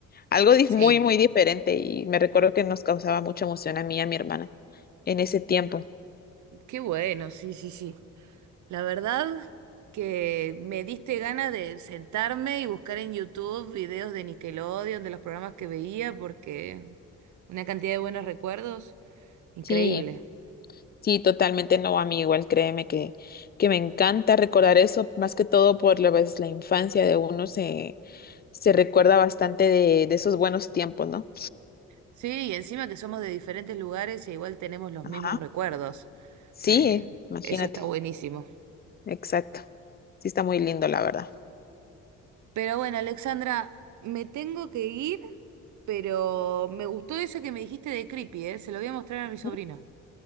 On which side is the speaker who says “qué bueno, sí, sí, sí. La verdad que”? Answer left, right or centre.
Right